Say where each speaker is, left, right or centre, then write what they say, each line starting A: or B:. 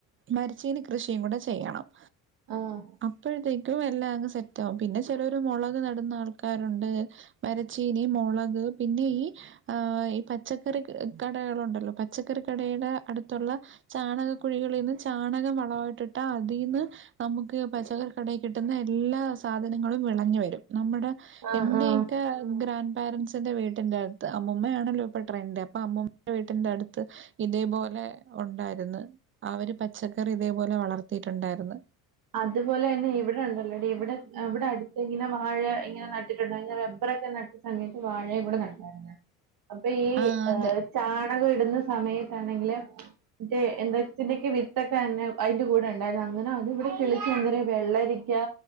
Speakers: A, on the right; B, on the right.
A: മരിച്ചീനി കൃഷിയും കൂടെ ചെയ്യണം
B: ആഹ്
A: അപ്പഴത്തേക്കും എല്ലാം അങ്ങ് സെറ്റാകും പിന്നെ ചിലോര് മുളക് നട്ന്ന ആൾക്ക ക്കാറുണ്ട് മരച്ചീനി മൊളക് പിന്നെ ഈ ആഹ് ഈ പച്ചക്കറി കടകളുണ്ടല്ലോ പച്ചക്കറി കടയുടെ അടുത്തുള്ള ചാണകക്കുഴികളിന്ന് ചാണകം വളവായിട്ടിട്ടാ അതിന്ന് നമുക്ക് പച്ചകറി കടേ കിട്ടുന്ന എല്ലാ സാധനങ്ങളും വിളഞ്ഞു വരും നമ്മുടെ
B: ആ ആ
A: എന്റെയൊക്കെ ഗ്രാൻഡ് പാരൻസിന്റെ വീട്ടിന്റെത്ത് അമ്മൂമ്മയാണല്ലോ പ്പൊ ട്രെന്റ് അപ്പൊ അമ്മൂമ്മടെ വീട്ടിന്റെ അടുത്ത് ഇതേപോലെ ഉണ്ടായിരുന്ന് അവര് പച്ചക്കറി ഇതേപോലെ വളർത്തിയിട്ടുണ്ടായിരുന്ന്
B: അത്പോലെ തന്നെ ഇവിടെണ്ടല്ലോ ഡി ഇവിടെ ഇവിടെ അടുത്ത് ഇങ്ങനെ വാഴ ഇങ്ങനെ നട്ടിട്ടുണ്ട് അങ്ങനെ റബ്ബറൊക്കെ ന ഈ സമയത്ത് വാഴേം കൂടെ നട്ടാരിന്നെ അപ്പൊ ഈ
A: ആഹ്
B: ഏഹ്
A: അതെ.
B: ചാണകം ഇടുന്ന സമയത്താണെങ്കില് മറ്റേ എന്തത്തിന്റെക്കെയോ വിത്തക്കെ ന്നെ അയിന്റെ കൂടെ ണ്ടായിരുന്നു അങ്ങനെ അത് ഇവിടെ കിളിച്ചുണ്ടനെ വെള്ളരിയ്ക്ക